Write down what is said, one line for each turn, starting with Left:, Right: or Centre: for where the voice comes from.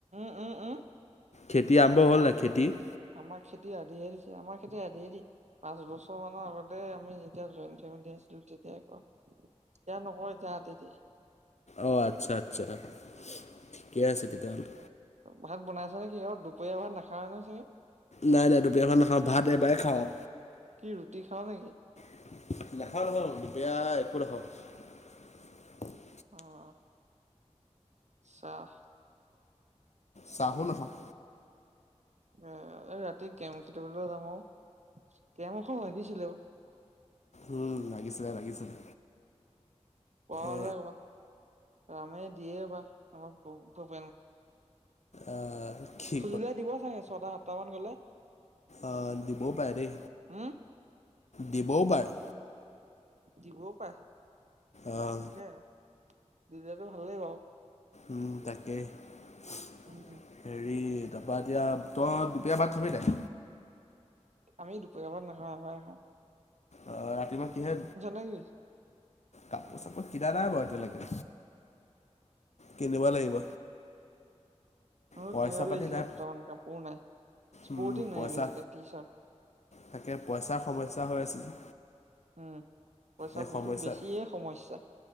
Right: উম উম-
Left: খেতি, আৰম্ভ হ'ল নাই খেতি, -
Right: আমাৰ খেতি আধিয়ে দিছে আমাৰ খেতি আধিয়ে দিয়ে পাঁচ বছৰ মানৰ আগতে আমি যেতিয়া জইণ্ট ফেমিলি আছিলো তেতিয়া কয় এতিয়া নকয় যে আধি দিয়ে।
Left: অ আচ্ছা আচ্ছা ঠিকেই আছে তেতিয়া হ'লে
Right: ভাত বনাইছ নেকি অ দুপৰীয়া ভাত নাখাও নেকি
Left: নাই নাই দুপৰীয়া ভাত নাখাওঁ ভাত এবাৰে খাওঁ
Right: কি ৰুটি খাও নেকি
Left: নেখাওঁ নেখাওঁ দুপৰীয়া একো নেখাওঁ
Right: অ অ অ চাহ
Left: চাহো নাখাওঁ
Right: এ ৰাতি কেম খাটিবলৈ যাম অ কেম এখন লাগিছিলে‌ অ
Left: উম লাগিছিলে লাগিছিলে
Right: পাওৱাৰ
Left: এ
Right: লাগিব ৰামে দিয়ে বা আমাৰ ভূক্ত
Left: আহ কি
Right: খুজিলে দিব চাগে ছটা সাত বৰ্তমান গ'লে
Left: অ দিবৌ পায়ে দেই
Right: উম
Left: দিবৌ পাৰে
Right: দিবৌ পায়ে
Left: অ',
Right: তাকেহে দিলেতো ভালেই বাও
Left: উম তাকে হেৰি
Right: উম
Left: তাপা এতিয়া তই দুপৰীয়া ভাত খাবি নাই
Right: আমি দুপৰীয়া ভাত নাখাওঁ এবাৰে খাও
Left: আ ৰাতিপুৱা কিহে
Right: নেকি
Left: কাপোৰ চাপোৰ কিনা নাই বাৰু এতিয়ালৈকে কিনিব লাগিব
Right: মোৰ
Left: পইচা
Right: কিনিব লাগিছিলে
Left: পাতি নাই
Right: দুটামান কাপোৰ নাই স্পৰ্টিং
Left: উম
Right: নাই
Left: পইচা
Right: বিশেষকে টি চাৰ্ট
Left: তাকে পইচাৰ সমস্যা হৈ আছে যে
Right: উম পইচা
Left: এই
Right: বহুত
Left: সমস্যাত
Right: বেছিয়ে সমস্যা